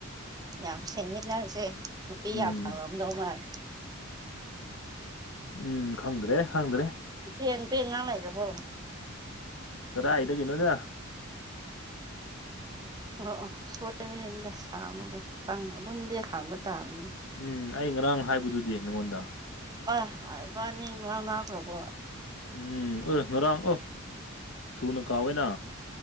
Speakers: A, on the right; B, on the left.
A: ꯌꯥꯝ ꯁꯤꯡꯉꯤ ꯅꯪꯁꯦ ꯄꯤ
B: ꯎꯝ
A: ꯌꯥꯝ ꯐꯪꯉꯝꯗꯧ ꯃꯥꯜ
B: ꯎꯝ ꯈꯪꯗ꯭ꯔꯦ ꯈꯪꯗ꯭ꯔꯦ
A: ꯄꯦꯟ ꯄꯦꯟ ꯉꯥꯡ ꯂꯩꯔꯕꯣ
B: ꯀꯗꯥꯏꯗꯒꯤꯅꯣꯗꯥ
A: ꯑꯣ ꯑꯣ ꯁꯣꯏꯕꯅꯤꯟꯗ ꯁꯥꯎꯅꯨꯗ ꯄꯪ ꯑꯗꯨꯝꯗꯤ ꯈꯥꯡꯕ ꯇꯥꯕꯅꯤ
B: ꯎꯝ ꯑꯩ ꯉꯔꯥꯡ ꯍꯥꯏꯕꯗꯨꯗꯤ ꯅꯪꯉꯣꯟꯗ
A: ꯑꯥ ꯏꯕꯥꯅꯤ ꯉꯥꯡꯅꯈ꯭ꯔꯥꯕꯣ
B: ꯎꯝ ꯑꯦ ꯉꯔꯥꯡ ꯑꯣ ꯊꯨꯅ ꯀꯥꯎꯋꯦꯅ